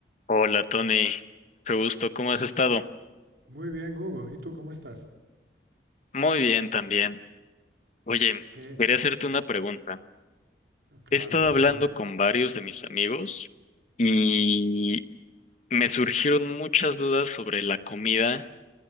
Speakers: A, on the left; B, on the right.
A: Hola Tony, qué gusto, ¿cómo has estado?
B: Muy bien, Hugo. ¿Y tú cómo estás?
A: Muy bien también. Oye,
B: ¿Qué?
A: quería hacerte una pregunta.
B: Claro,
A: He estado
B: por
A: hablando
B: supuesto.
A: con varios de mis amigos y me surgieron muchas dudas sobre la comida,